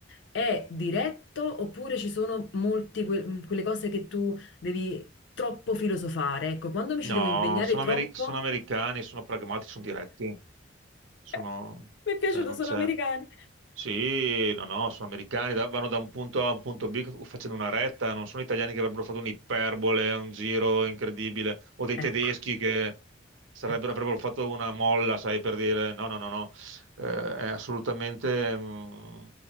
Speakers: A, on the left (about 65°); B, on the right (about 75°).
A: È diretto oppure ci sono molte quelle cose che tu devi troppo filosofare? Ecco, quando mi ci
B: No,
A: devo impegnare
B: sono,
A: troppo,
B: ameri- sono americani, sono pragmatici, sono diretti, sono...
A: <laughs> Mi è piaciuto,
B: cioè non
A: sono
B: c'è.
A: americani.
B: Sì, no, no, sono americani, da- vanno da un punto A a un punto B facendo una retta, non sono italiani che avrebbero fatto un'iperbole, un giro incredibile, o dei
A: ecco,
B: tedeschi che sarebbero,
A: ecco.
B: avrebbero fatto una molla, sai, per dire no, no, no, no, Eh, è assolutamente... mm,